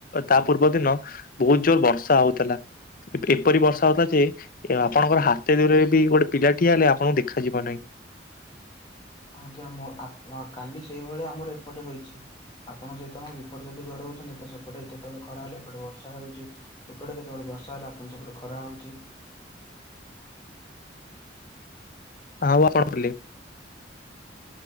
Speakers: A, on the left; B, on the left.
A: ତା ପୂର୍ବ ଦିନ ବହୁତ ଜୋର ବର୍ଷା ହଉଥିଲା। ଏପ-ଏପରି ବର୍ଷା ହେଉଥିଲା ଯେ, ଆପଣଙ୍କର ହାତେ ଦୂରେ ବି ଗୋଟେ ପିଲା ଠିଆ ହେଲେ ଆପଣଙ୍କୁ ଦେଖାଯିବ ନାହିଁ।
B: ଆଜ୍ଞା ମ ଆ କାଲି ସେଇଭଳିଆ ଆମର ଏପଟେ ହୋଇଚି। ଆପଣ ଯେହେତୁ ଆମ ବିପରୀତ ଦିଗରେ ରହୁଛନ୍ତି ତ ସେପଟେ ଏତେ କେତେବେଳେ ଖରା ହେଲେ ଏପଟେ ବର୍ଷା ହଉଚି, ଏପଟେ କେତେବେଳେ ବର୍ଷା ହେଲା ଆପଣଙ୍କ ସେପଟେ ଖରା ହଉଚି।
A: ଆଉ ଆପଣ <unintelligible>